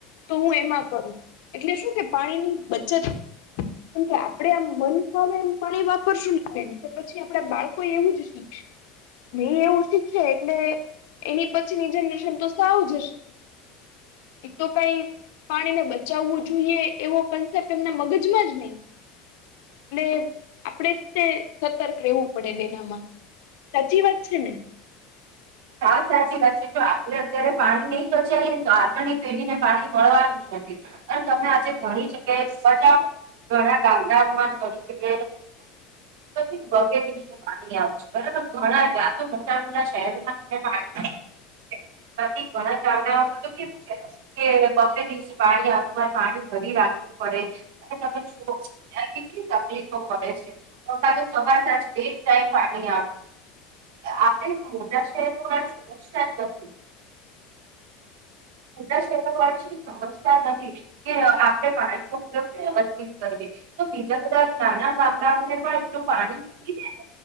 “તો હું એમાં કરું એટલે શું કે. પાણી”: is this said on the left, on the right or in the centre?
Left